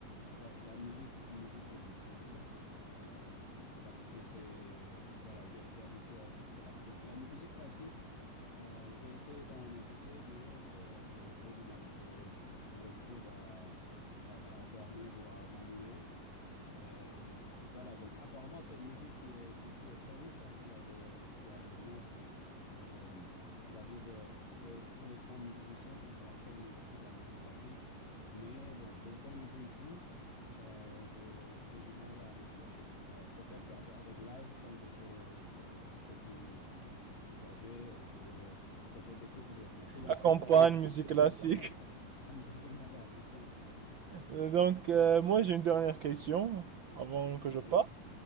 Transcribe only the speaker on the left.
la, la musique, une musique qui, bou- qui bouge, euh, parce que c'est, voilà, j'ai été habitué à, à cela. Donc la musique classique, euh, j'ai essayé d'en écouter, mais euh, j'ai du mal. Je, je me retrouve à, à à dormir ou à m'ennuyer. Euh, voilà, donc apparemment c'est une musique qui est, qui, qui est très riche, hein, qui a des, qui a les notes, euh, on va dire, euh, les- tous les grands musiciens, ils apprennent aussi de la musique classique. Mais bon, d'un point de vue goût, euh, je, j'ai du mal à m'accrocher. Euh, peut-être qu'avec avec l'âge, quand je serai euh, un peu plus âgé, je vais peut-être découvrir. Mais pour l'instant,
<laughs> je
préfère
la musique moderne.
<laughs>
Oui,